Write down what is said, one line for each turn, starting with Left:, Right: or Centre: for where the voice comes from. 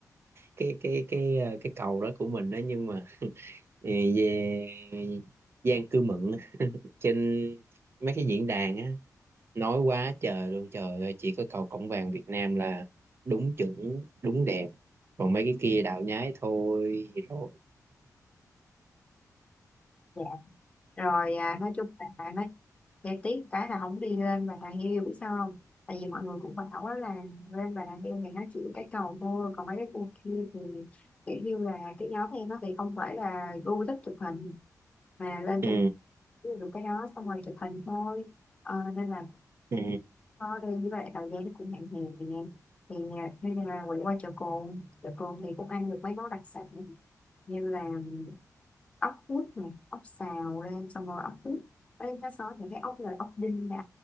Right: cái cái cái ờ, cái cầu đó của mình đó nhưng mà ờ, về Giang Cư Mận á, trên mấy cái diễn đàn á nói quá trời luôn trời ơi chỉ có cầu cổng vàng Việt Nam là đúng chuẩn đúng đẹp còn mấy cái kia đạo nhái thôi rồi
Left: dạ rồi à, nói chung là bạn nói để tiếc cái là không đi lên Bà Nà Hills biết sao không tại vì mọi người cũng bảo á là lên Bà Nà Hills thì nó chỉ cái cầu thôi còn mấy cái khu kia thì kiểu như là cái nhóm em nó thì không phải là gu thích chụp hình mà lên
Right: ừ
Left: trên được cái đó xong rồi chụp hình thôi ờ, nên là
Right: ừ
Left: Thôi đi như vậy thời gian nó cũng hạn hẹp nè thì à, bây là quay qua chợ cồn chợ cồn thì cũng ăn được mấy món đặc sản như là ốc hút này ốc xào lên xong rồi ốc hút bên nó có những cái ốc là ốc đinh nè